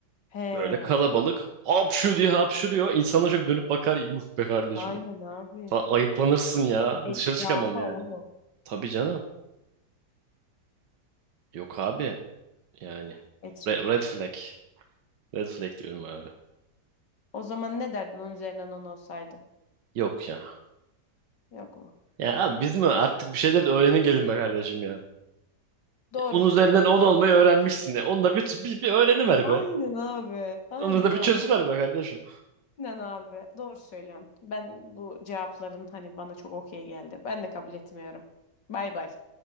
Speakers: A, on the left (about 80°); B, on the right (about 80°).
A: He.
B: Böyle kalabalık hapşu diye hapşuruyor. İnsanlar şöyle dönüp bakar. Yuh be kardeşim.
A: Aynen abi.
B: Falan. Ayıplanırsın ya.
A: Etrafa
B: Dışarı çıkamam yani.
A: oğlum.
B: Tabii canım. Yok abi. Yani.
A: Etrafa.
B: Re- Red, flag. Red flag diyorum abi.
A: O zaman ne derdin onun üzerinden on olsaydı?
B: Yok ya.
A: Yok mu?
B: Ya abi biz mi artık bir şeyler de öğrenin gelin be kardeşim ya.
A: Doğru
B: Ya Onun
A: diyorum
B: üzerinden
A: bu arada.
B: 10 olmayı öğrenmişsin de. Onu da bir, bir, bir öğreniver
A: Aynen
B: be.
A: abi. Aynen
B: Onu da
A: abi.
B: bir çözüver be kardeşim.
A: Aynen abi. Doğru söylüyorsun. Ben bu cevapların hani bana çok okey geldi. Ben de kabul etmiyorum. Bay bay.